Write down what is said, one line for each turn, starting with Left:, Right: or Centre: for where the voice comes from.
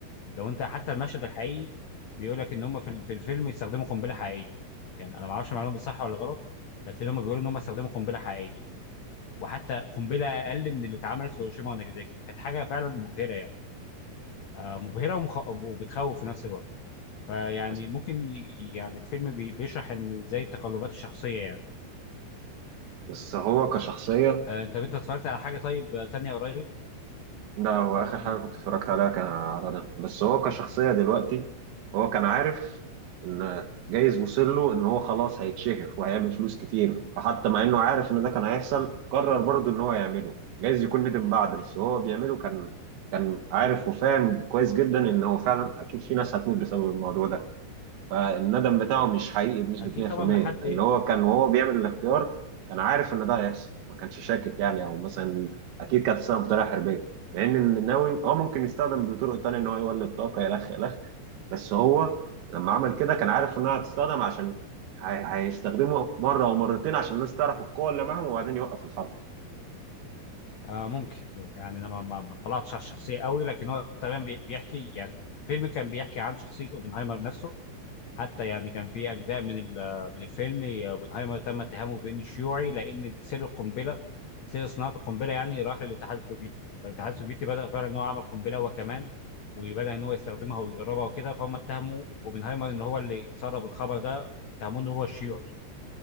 Left: لو انت حتى المشهد الحقيقي بيقول لك ان هم في ال- في الفيلم يستخدموا قنبله حقيقيه يعني انا ما اعرفش المعلومه دي صح ولا غلط لكن هم بيقولوا ان هم استخدموا قنبله حقيقيه وحتى قنبله اقل من اللي اتعملت في هيروشيما وناجازاكي فكانت حاجه فعلا مبهره يعني آه، مبهره ومخ... وبتخوف في نفس الوقت فيعني
Right: بس,
Left: ممكن ي- يعني الفيلم بي- بيشرح ان زي التقلبات الشخصيه يعني
Right: بس هو كشخصيه
Left: آه، انت انت اتفرجت على حاجه طيب آه، تانية قريب
Right: ده هو آخر حاجة
Left: مم.
Right: كنت اتفرجت عليها كان على ده بس هو كشخصية دلوقتي هو كان عارف إن جايز وصل له إن هو خلاص هيتشهر وهيعمل فلوس كتير فحتى مع إنه عارف إن ده كان هيحصل قرر برضه إن هو يعمله جايز يكون ندم بعد بس هو بيعمله كان كان عارف وفاهم كويس جدا إن هو فعلا أكيد في ناس هتموت بسبب الموضوع ده فالندم بتاعه مش حقيقي بنسبة
Left: اكيد
Right: 100%
Left: طبعا لحد
Right: ان هو كان وهو بيعمل الاختيار كان عارف ان ده هيحصل ما كانش شاكك يعني او مثلا اكيد كانت تستخدم بطريقة حربية مع ان النووي اه ممكن يستخدم بطرق تانية ان هو يولد طاقة الخ الخ بس هو لما عمل كده كان عارف انها هتستخدم عشان هي- هيستخدمه مرة او مرتين عشان الناس تعرف القوة اللي معاهم وبعدين يوقف الحرب
Left: آه ممكن يعني انا ما ما- ما اطلعتش على الشخصيه قوي لكن هو تمام بي- بيحكي يعني الفيلم كان بيحكي عن شخصيه اوبنهايمر نفسه حتى يعني كان في اجزاء من ال- من الفيلم اوبنهايمر تم اتهامه بانه شيوعي لان سر القنبله سر صناعه القنبله يعني راح للاتحاد السوفيتي فالاتحاد السوفيتي بدا فعلا ان هو عمل قنبله هو كمان وبدا ان هو يستخدمها ويجربها وكده فهم اتهموا اوبنهايمر ان هو اللي سرب الخبر ده واتهموه ان هو الشيوعي يعني